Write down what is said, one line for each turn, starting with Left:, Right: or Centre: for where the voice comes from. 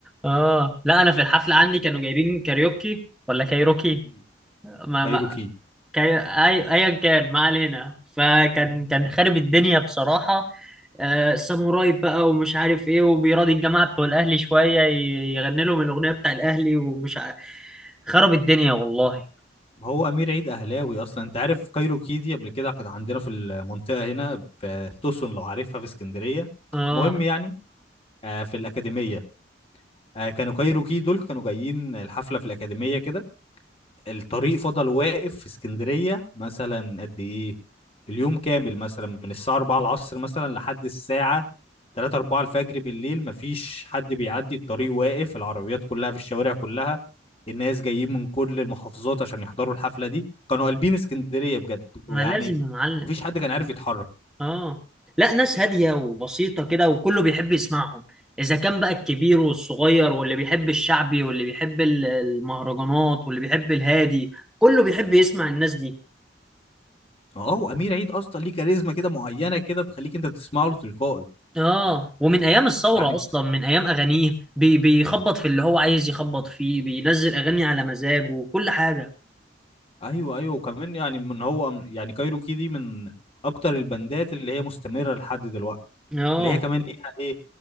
Centre: اه لا انا في الحفله عندي كانوا جايبين كاريوكي ولا كايروكي
Left: مم.
Centre: ما,
Left: كايروكي
Centre: ما كان أي- ايا كان ما علينا فكان
Left: مم.
Centre: كان خارب الدنيا بصراحة آه، ساموراي بقى ومش عارف ايه وبيراضي الجماعة بتوع الاهلي شوية ي- يغني لهم الاغنية بتاع الاهلي ومش عارف خرب الدنيا والله
Left: هو امير عيد اهلاوي اصلا انت عارف كايروكي دي قبل كده كانت عندنا في المنطقه هنا في في توسون لو عارفها في اسكندريه
Centre: اه
Left: المهم يعني آه، في الاكاديميه آه، كانوا كايروكي دول كانوا جايين الحفله في الاكاديميه كده الطريق فضل واقف في اسكندرية مثلا قد ايه اليوم كامل مثلا من الساعة 4 العصر مثلا لحد الساعة 3 4 الفجر بالليل مفيش حد بيعدي الطريق واقف العربيات كلها في الشوارع كلها الناس جايين من كل المحافظات عشان يحضروا الحفلة دي كانوا قلبين اسكندرية بجد
Centre: ما
Left: ويعني
Centre: لازم يا معلم
Left: مفيش حد كان عارف يتحرك
Centre: اه لا ناس هادية وبسيطة كده وكله بيحب يسمعهم اذا كان بقى الكبير والصغير واللي بيحب الشعبي واللي بيحب ال- المهرجانات واللي بيحب الهادي كله بيحب يسمع الناس دي
Left: اه وامير عيد اصلا ليه كاريزما كده معينة كده تخليك انت تسمع له تلقائي
Centre: اه ومن ايام الثوره
Left: يعني
Centre: اصلا من ايام اغانيه بي بيخبط في اللي هو عايز يخبط فيه بينزل اغاني على مزاجه وكل حاجه
Left: ايوه ايوه وكمان يعني من هو يعني كايروكي دي من اكتر البندات اللي هي مستمره لحد دلوقتي
Centre: اه
Left: اللي هي كمان ليها ايه